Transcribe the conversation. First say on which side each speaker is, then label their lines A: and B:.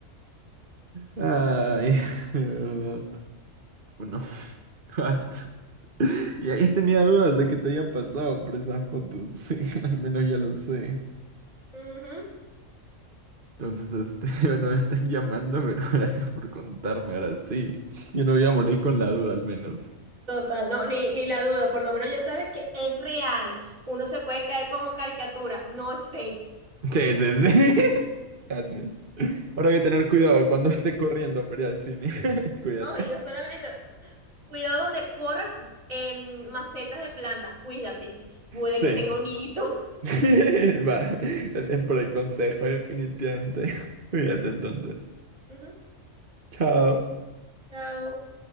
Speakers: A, on the right; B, on the right.
A: Ay, de verdad. Bueno, basta. Y ahí tenía dudas de que te habían pasado por esas fotos. Sí, <laughs> al menos ya lo sé.
B: Ujú.
A: Entonces, este, <laughs> bueno, me están llamando, pero <laughs> gracias por contarme ahora sí. Yo no voy a morir con la duda, al menos.
B: Total, no, ni, ni la duda, por lo menos ya sabes que es real. Uno se puede caer como caricatura, no es fake.
A: Sí, sí, sí. <laughs> Gracias. Ahora voy a tener cuidado cuando esté corriendo para ir al cine. <laughs> Cuídate.
B: No, y no solamente, cuidado donde corras en macetas de plantas, cuídate, puede
A: Sí.
B: que tenga un hito.
A: <laughs> Va, gracias por el consejo, definitivamente. <laughs> Cuídate entonces.
B: Ujú,
A: Chao.
B: Chao.